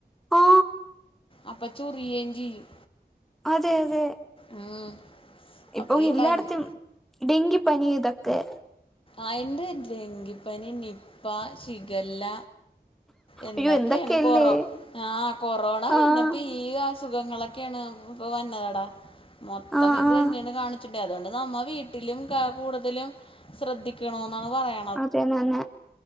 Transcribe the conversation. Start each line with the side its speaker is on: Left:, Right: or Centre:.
Centre: ആ
Left: അപ്പം ചൊറിയേയും ചെയ്യും
Centre: അതെ അതെ
Left: ഉം
Centre: ഇപ്പൊ
Left: അപ്പം ഈ
Centre: എല്ലാടത്തും
Left: കന്
Centre: ഡെങ്കി പനി ഇതൊക്കെ
Left: അയെന്ത് ഡെങ്കിപ്പനി നിപ്പ ഷിഗല്ല എന്തൊക്കെയാണ്
Centre: അയ്യോ എന്തൊക്കെയല്ലേ
Left: കൊറോ ആഹ് കൊറോണ കഴിഞ്ഞപ്പീ
Centre: ആഹ്
Left: ഈ അസുഖങ്ങളൊക്കെയാണ് ഇപ്പൊ വന്നതാടാ മൊത്തം
Centre: ആഹ്
Left: ഇത്
Centre: ആഹ്
Left: തന്നെയാണ് കാണി <unintelligible> അതോണ്ട് നമ്മ വീട്ടിലും കൂടുതലും ശ്രദ്ധിക്കണോന്നാണ് പറയ
Centre: അതന്നെ